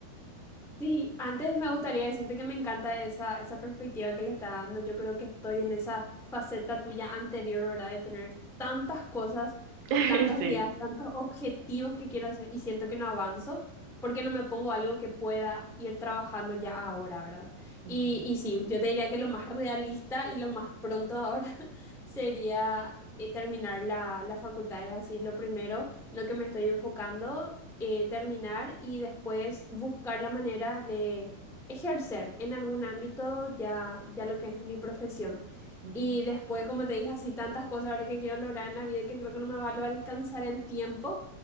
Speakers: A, in the centre; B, on the right.
A: Sí, antes me gustaría decirte que me encanta esa, esa perspectiva que le está dando. Yo creo que estoy en esa faceta tuya anterior, ¿verdad? De tener tantas cosas,
B: <laughs>
A: tantas
B: Sí.
A: ideas, tantos objetivos que quiero hacer y siento que no avanzo porque no me pongo algo que pueda ir trabajando ya ahora, ¿verdad?
B: Ujú,
A: Y, y sí, yo te diría que lo más realista y lo más pronto ahora <laughs> sería eh, terminar la, la facultad, es así, lo primero lo que me estoy enfocando, eh, terminar y después buscar la manera de ejercer en algún ámbito ya, ya lo que es mi profesión.
B: ujú.
A: Y después, como te dije, así tantas cosas ahora que quiero lograr en la vida y que creo que no me va a alcanzar el tiempo,